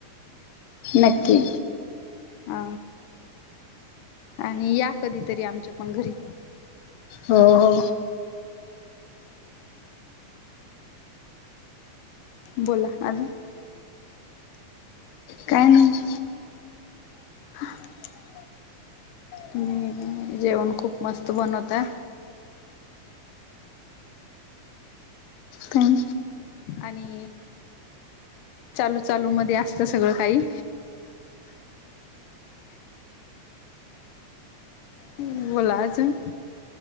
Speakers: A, on the left; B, on the left.
A: नक्की
B: अ आणि या कधी तरी आमच्या पण घरी
A: हो, हो
B: बोला अजून
A: काही नाही
B: <unintelligible> तुम्ही जेवण खूप मस्त बनवताय
A: काय
B: आणि चालू, चालू मध्ये असत सगळं काही बोला अजून